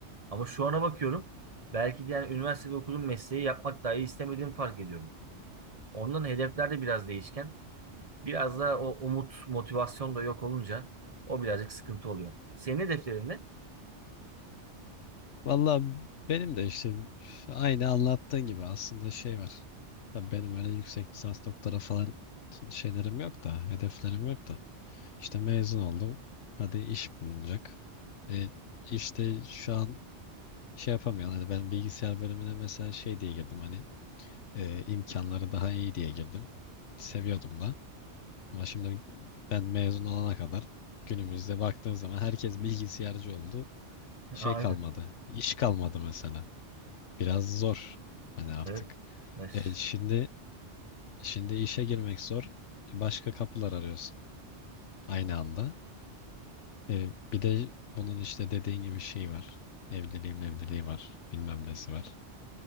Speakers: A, on the right (about 35°); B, on the left (about 85°).
A: Ama şu ana bakıyorum belki de yani üniversitede okuduğum mesleği yapmak dahi istemediğimi fark ediyorum. Ondan hedefler de biraz değişken. Biraz da o umut, motivasyon da yok olunca o birazcık sıkıntı oluyor. Senin hedeflerin ne?
B: Valla benim de işte aynı anlattığın gibi aslında şey var. Tabii benim öyle yüksek lisans doktora falan şeylerim yok da hedeflerim yok da. İşte mezun oldum. Hadi iş bulunacak. E, işte şu an şey yapamıyorum. Hani ben bilgisayar bölümüne mesela şey diye girdim hani. e, imkanları daha iyi diye girdim. Seviyordum da. Ama şimdi ben mezun olana kadar günümüzde baktığın zaman herkes bilgisayarcı oldu.
A: <laughs>
B: Şey
A: Aynen.
B: kalmadı. iş kalmadı mesela. Biraz zor. Hani artık.
A: Evet. Mes-
B: E, şimdi şimdi işe girmek zor. Başka kapılar arıyorsun aynı anda. E, bir de bunun işte dediğin gibi şey var. Evliliği mevliliği var. Bilmem nesi var.